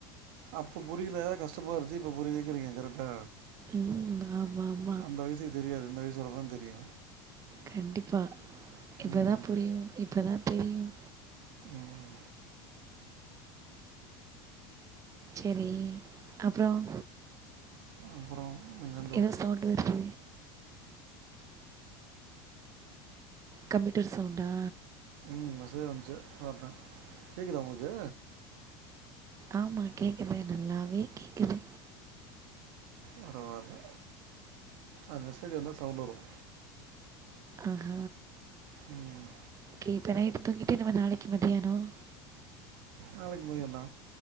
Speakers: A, on the right; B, on the right.
A: அப்ப புரியில கஷ்டமா இருன்ச்சி இப்ப புரிய வக்கிறீங்க கரட்டா
B: ம் ஆமா ஆமா
A: அந்த வயசுக்கு தெரியாது இந்த வயசுலதா தெரியு
B: கண்டிப்பா இப்பதா
A: ம்
B: புரியும் இப்பதா தெரியும்
A: ம்
B: செரி அப்புறம்
A: அப்புறம் நீங்கதா
B: எதோ சவுண்டு வருது கம்ப்யூட்டர் சவுண்டா
A: ம் மெசேஜ் வந்துச்சி ஒருத்தன் கேக்குதா உங்களுக்கு
B: ஆமா கேக்குது நல்லாவே கேக்குது
A: பரவால்ல அது மெசேஜ் வந்து சவுண்டு வரும்
B: ஆஹ
A: ம்
B: ஓகே இப்ப நைட்டு் தூங்கிட்டு நம்ம நாளைக்கு மத்தியானம்
A: நாளைக்கு மதியந்தா